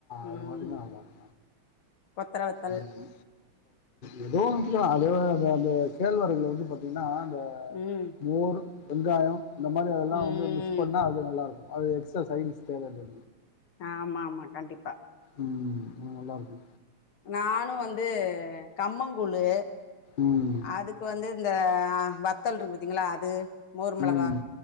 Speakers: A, on the left; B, on the left.
A: அது
B: ம்
A: மாரி தா நல்லாருக்கும்
B: கொத்தர வத்தல்
A: ம் <inaudible> ஏதோ <unintelligible> அந்த கேழ்வரகுல வந்து பாத்தீங்கன்னா அந்த
B: ம்
A: மோரு வெங்காயம் இந்த மாதிரி அதெல்லாம்
B: ம்
A: வந்து மிக்ஸ் பண்ணா அது நல்லா இருக்கும் அது எக்ஸ்டா சைன்ஸ் தேவையது
B: ஆமா ஆமா கண்டிப்பா
A: ம் நல்லா இருக்கு
B: நானும் வந்து கம்மங்கூழு
A: ம்.
B: அதுக் கு வந்து இந்த வத்தல் இருக்கு பத்தீங்களா அது மோர் மெளகா
A: ம்.